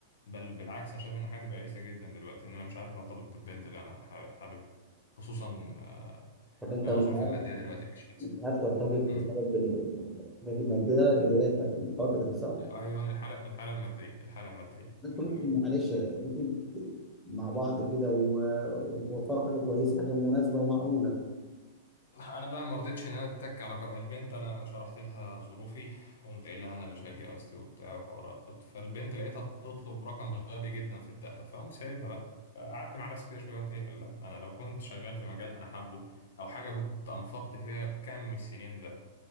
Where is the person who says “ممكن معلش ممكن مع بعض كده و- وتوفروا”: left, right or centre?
Centre